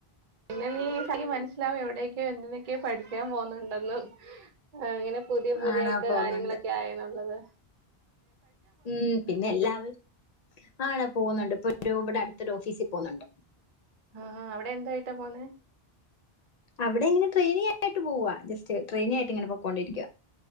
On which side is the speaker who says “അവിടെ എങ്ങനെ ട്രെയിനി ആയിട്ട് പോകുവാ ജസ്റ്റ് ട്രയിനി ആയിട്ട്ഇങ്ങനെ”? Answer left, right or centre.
Left